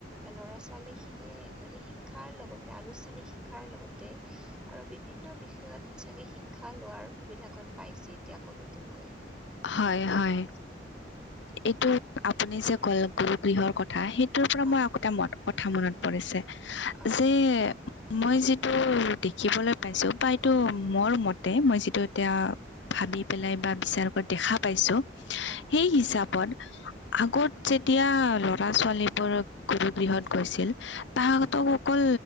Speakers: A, in the centre; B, on the left.
A: ল'ৰা ছোৱালীখিনিয়ে মানে শিক্ষাৰ লগতে আনুষ্ঠানিক শিক্ষাৰ লগতে আৰু বিভিন্ন বিষয়ত চাগে শিক্ষা লোৱাৰ সুবিধাকণ পাইছে। এতিয়া আকৌ নতুনকৈ
B: হয়, হয়। এটিয়া আপুনি যে কলে, গুৰু গৃহৰ কথা সেই তোৰ পৰা
A: হয়
B: মই আকৌ এটা কথা মনত পৰিছে,
A: অ
B: যে মই যিটো দেখিবলৈ পাইছোঁ, বা এইটো মোৰ মতে মই যিটো এতিয়া
A: অ
B: ভাবি পেলাই বা বিচাৰকৈ দেখা পাইছোঁ।
A: হয়
B: সেই হিচাপত আগত যেতিয়া লৰা ছোৱালীবোৰ গুৰু গৃহত গৈছিল? তাঁহাকতক অকল